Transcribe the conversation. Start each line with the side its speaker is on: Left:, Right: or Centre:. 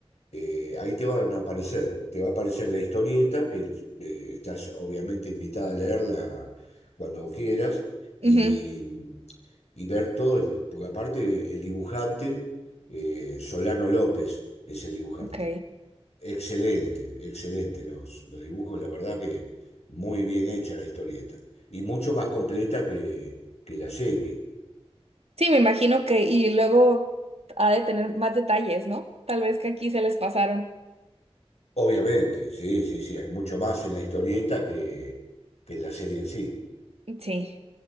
Left: eh, ahí te van a aparecer, te va a aparecer la historieta, que eh, estás obviamente invitada a leerla cuando quieras y,
Right: Ujú,
Left: y ver todo, porque aparte el dibujante, eh, Solano López es el dibujante.
Right: ok.
Left: Excelente, excelente los, los dibujos, la verdad que muy bien hecha la historieta y mucho más completa que, que la serie.
Right: Sí, me imagino que, y luego ha de tener más detalles, ¿no? Tal vez que aquí se les pasaron.
Left: Obviamente, sí, sí, sí, hay mucho más en la historieta que, que en la serie en sí.
Right: Sí.